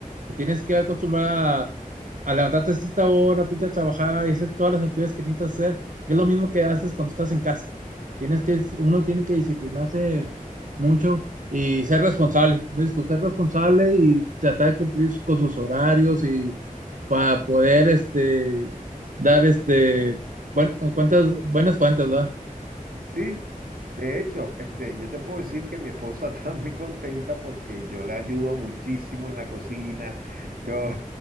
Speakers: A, on the right (about 65°); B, on the right (about 85°).
A: te tienes que acostumbrar a, a levantarte a cierta hora, irte a trabajar y hacer todas las actividades que necesitas hacer. Y es lo mismo que haces cuando estás en casa. Tienes que, uno tiene que disciplinarse mucho y ser responsable, como dices tú, ser responsable y tratar de cumplir con sus horarios y para poder este dar este bueno, cuentas, buenas cuentas, ¿verdad?
B: Sí, de hecho, este, yo te puedo decir que mi esposa <laughs> está muy contenta porque yo le ayudo muchísimo en la cocina. Yo,